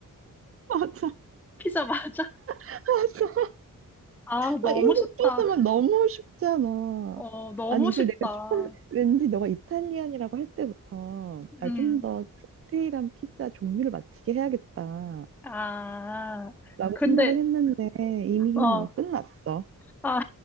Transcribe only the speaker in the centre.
피자 맞아?
아, 너무
쉽다.
어, 너무
쉽다.
음,
아,
근데,
어,
아,